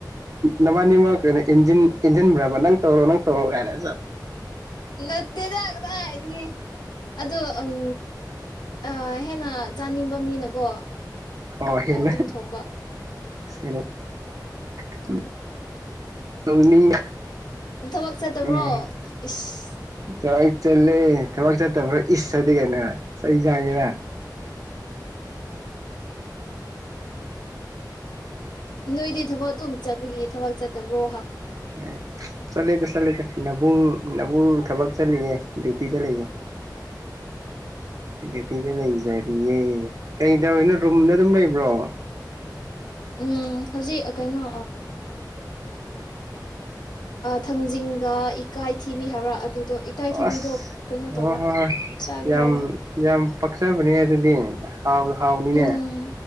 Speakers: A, on the right; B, on the left.
A: ꯅꯕꯥꯅꯤꯃꯛ ꯀꯩꯅꯣ ꯏꯟꯖꯟ ꯏꯟꯖꯟꯕ꯭ꯔꯥꯕ ꯅꯪ ꯇꯧꯔꯣ ꯅꯪ ꯇꯧꯔꯣ ꯀꯥꯏꯅ
B: ꯅꯠꯇꯦꯗ ꯀꯗꯥꯢꯗꯒꯤ ꯑꯗ ꯎꯝ ꯑꯥ ꯍꯦꯟꯅ ꯆꯥꯅꯤꯡꯕ ꯃꯤꯅꯀꯣ
A: ꯑꯣ ꯍꯦꯟꯅ
B: ꯑ ꯗꯨꯝ ꯊꯣꯡꯕ
A: ꯍꯦꯟꯅ <inaudible> ꯇꯧꯅꯤꯡ
B: ꯊꯕꯛ ꯆꯠꯇꯕ꯭ꯔꯣ
A: ꯎꯝ
B: ꯏꯁꯁ
A: ꯊꯕꯛ ꯆꯠꯂꯦ ꯊꯕꯛ ꯆꯠꯇꯕ꯭ꯔꯣ ꯏꯁ ꯑꯗꯤ ꯀꯩꯅꯣ ꯆꯩ ꯆꯥꯒꯦꯔꯥ <inaudible>
B: ꯅꯣꯏꯗꯤ ꯊꯕꯛ ꯑꯗꯨꯝ ꯆꯠꯄꯒꯤ ꯊꯕꯛ ꯆꯠ ꯇ꯭ꯔꯣ
A: ꯑ ꯆꯂꯤꯗ ꯆꯂꯤꯗ ꯅꯕꯨꯡ ꯅꯕꯨꯨꯡ ꯊꯕꯛ ꯆꯠꯂꯤꯌꯦ <unintelligible> ꯊꯤꯗ ꯂꯩꯌꯦ ꯗꯌꯨꯇꯤꯗ ꯂꯩꯖꯔꯤꯌꯦ ꯀꯩ ꯇꯧꯔꯤꯅꯣ ꯔꯨꯝꯗ ꯑꯗꯨꯝ ꯂꯩꯕ꯭ꯔꯣ
B: ꯎꯝ ꯍꯧꯖꯤꯛ ꯀꯩꯅꯣ ꯊꯥꯡꯖꯤꯡꯗ ꯏꯀꯥꯏ ꯊꯤꯕꯤ ꯍꯥꯏꯕ꯭ꯔꯥ ꯑꯗꯨꯗꯣ ꯏꯀꯥꯏꯊꯤꯕꯤꯗꯣ
A: ꯑꯁ
B: ꯀꯩꯅꯣ ꯇꯧꯕ
A: ꯍ ꯍꯣ ꯍꯣꯏ
B: ꯆꯥꯒꯦ
A: ꯌꯥꯝ
B: ꯍꯥꯏꯔꯒ
A: ꯌꯥꯝ ꯄꯥꯛꯆꯥꯕꯅꯤ ꯑꯗꯨꯗꯤ ꯍꯥꯎ ꯍꯥꯎꯅꯤꯅꯦ
B: ꯎꯝ